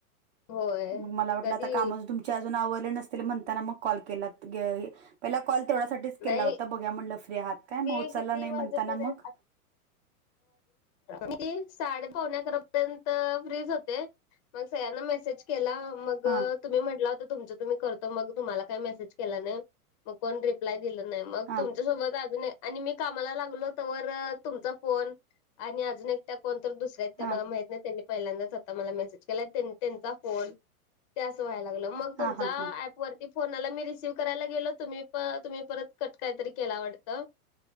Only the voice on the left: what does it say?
होय
कधी
नाही
मी
किती
वाजेपर्यंत
मी साडे पावणे अकरापर्यंत फ्रीच होते. मग सगळ्यांना मेसेज केला, मग
तुम्ही म्हट होत तुमच तुम् करत, मग तुम्हाला काही मेसेज केला नाही मग कोण रिप्लाय दिलं नाही. मग
तुमच्यासोबत अजून आणि मी कामाला लागलो तर तुमचा कोण आणि अजून एकट्या कोण तर दुसऱ्यात त्या
मला माहित पल्या म त्यां फोन व्हा लाग तुमचा
ऍप वर. ती फोनाला मी रिसीव्ह करायला गेलो तुम्ही प तुम्ही परत कट काहीतरी केला वाटतं!